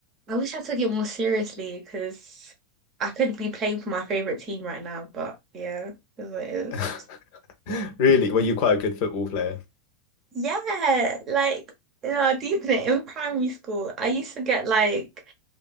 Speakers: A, on the right; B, on the left.
A: I wish I took it more seriously because I could be playing for my favorite team right now, but yeah, it is what it is.
B: <laughs> Really? Were you quite a good football player?
A: Yeah, like, you know, deep in it, in primary school, I used to get like